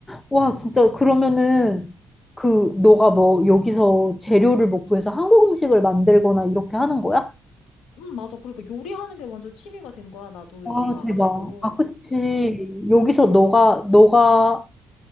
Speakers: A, on the left; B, on the left.
A: 와, 진짜 그러면은 그 너가 뭐 여기서 재료를 뭐 구해서 한국 음식을 만들거나 이렇게 하는 거야?
B: 응, 맞아. 그러니까 요리하는 게 완전 취미가 된 거야. 나도
A: 와,
B: 여기 와가지고.
A: 대박. 아, 그치.
B: 어,
A: 여기서 너가, 너가,